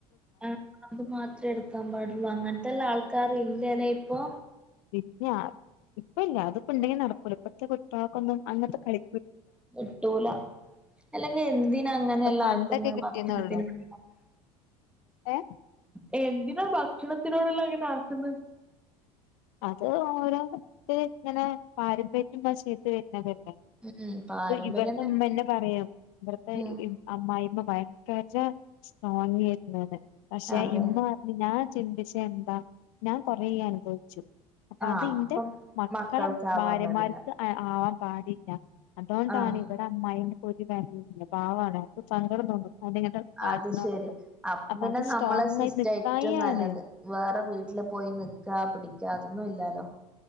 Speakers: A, in the centre; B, on the left.
A: ആഹ് അത് മാത്രമേ എടുക്കാൻ പാടുള്ളൂ അങ്ങനത്തെല്ല ആൾക്കാർ ഈ <unintelligible> ഇപ്പൊ?
B: പിന്നെ ഇപ്പ ഇല്ല അതിപ്പോ ഉണ്ടെങ്കി നടക്കൂല ഇപ്പഴത്തെ കുട്ടികൾക്കൊന്നും അങ്ങനത്തെ കഴി
A: കിട്ടൂല അല്ലെങ്കിൽ എന്തിന അങ്ങനെയല്ലാം
B: അത് പണ്ടൊക്കെ
A: ആക്കുന്നത്
B: കിട്ടിയെന്നള്ളു
A: ഭക്ഷണത്തിന് <unintelligible>
B: ഏ
A: <unintelligible> ഭക്ഷണത്തിനോടെല്ലാം അങ്ങനെ ആക്കുന്നത്.
B: അത് ഓരോ <unintelligible> ഇങ്ങനെ പാരമ്പര്യം <unintelligible> പിന്നെ പിന്നെ
A: ഉം പാരമ്പര്യം
B: ഇവടുത്തെ ഉമ്മ തന്നെ പറയും ഇവിടുത്തെ
A: ഉം
B: അമ്മായിമ്മ ഭ <unintelligible> പക്ഷെ
A: അതെ
B: ഇന്ന് പറഞ്ഞു ഞാൻ ചിന്തിച്ചാൽ എന്താ ഞാൻ കൊറേ അനുഭവിച്ചു. അപ്പൊ
A: ആഹ്
B: അതി ഇന്റെ
A: അപ്പം
B: മക്കളെ
A: മക്കൾക്കാവാൻ
B: ഭാര്യമാർക്ക്
A: പാടില്ല
B: ആവാൻ പാടി ല്ല. അതോണ്ടാണിവിടെ
A: ആഹ്
B: അമ്മായി <unintelligible> പാവാണ് അപ്പംസങ്കടം തോന്നും.
A: അത്
B: <unintelligible>
A: ശരി അപ്പം
B: അപ്പൊ
A: പിന്നെ
B: അത് സ്ട്രോങ്
A: നമ്മളെ സിസ്റ്റം
B: ആയി നിക്കായാണ്.
A: ഏറ്റവും നല്ലത് വേറെ വീട്ടില് പോയി നിക്കാ പിടിക്കാ അതൊന്നും ഇല്ലാലോ?